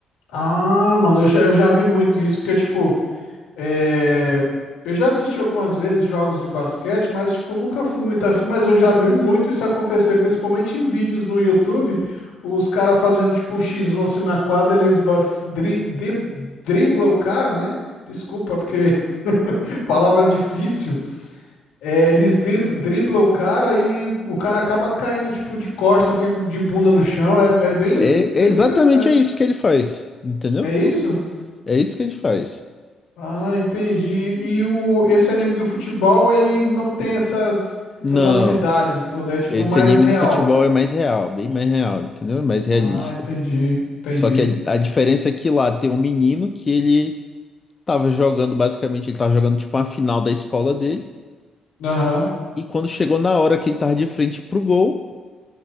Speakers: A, on the left; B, on the left.
A: Ah, mano, eu já, eu já vi muito isso, porque, tipo. É, eu já assisti algumas vezes jogos de basquete, mas tipo, nunca fui muito afim, mas eu já vi muito isso acontecer, principalmente em vídeos no YouTube, os caras fazendo tipo um X1 assim na quadra, eles vai, dri, dri- dribla o cara, né? Desculpa, porque <laughs> palavra difícil. É, eles dri, dribla o cara e o cara acaba caindo tipo de costa assim, de bunda no chão. É, é bem,
B: É,
A: bem
B: é exatamente
A: interessante.
B: é isso que ele faz, entendeu?
A: É isso?
B: É isso que ele faz.
A: Ah, entendi. E o, esse anime do futebol, ele não tem essas,
B: Não,
A: essas habilidades todas, é tipo
B: esse
A: mais
B: anime
A: real.
B: do futebol é mais real, bem mais real, entendeu? É mais realista.
A: Ah, entendi, entendi.
B: Só que a, a diferença é que lá tem um menino que ele tava jogando, basicamente, ele tava jogando tipo uma final da escola dele.
A: Aham.
B: E quando chegou na hora que ele tava de frente pro gol,